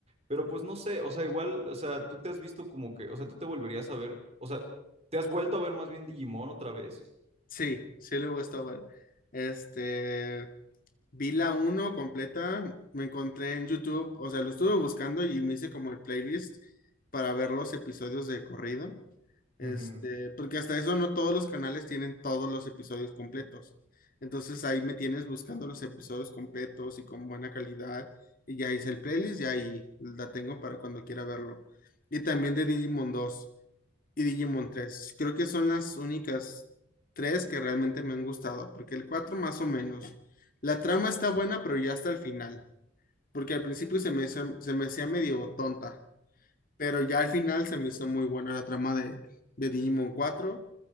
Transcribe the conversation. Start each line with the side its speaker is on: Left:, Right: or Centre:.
Right: Pero pues no sé, o sea, igual, o sea, tú te has visto como que, o sea, tú te volverías a ver, o sea, ¿te has vuelto a ver más bien Digimon otra vez?
Left: Sí, sí, luego está bueno. Este, vi la uno completa, me encontré en YouTube, o sea, lo estuve buscando y me hice como el playlist para ver los episodios de corrido. Este,
Right: Ujú.
Left: porque hasta eso no todos los canales tienen todos los episodios completos. Entonces ahí me tienes buscando los episodios completos y con buena calidad. Y ya hice el playlist y ahí la tengo para cuando quiera verlo. Y también de Digimon 2 y Digimon tres Creo que son las únicas tres que realmente me han gustado, porque el 4 más o menos. La trama está buena, pero ya hasta el final, porque al principio se me, hizo- se me hacía medio tonta, pero ya al final se me hizo muy buena la trama de, de Digimon cuatro